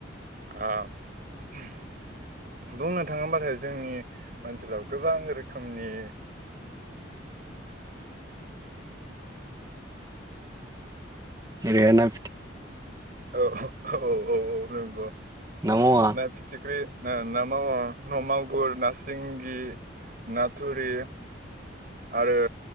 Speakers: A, on the right (about 45°); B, on the right (about 20°).
A: <unintelligible> बुंनो थाङोबाथाय जोंनि ओनसोलाव गोबां रोखोमनि
B: <unintelligible>
A: औ औ औ औ नंगौ
B: ना मावा
A: फिथिख्रि ओ ना मागुर ना सिंगि नाथुरि आरो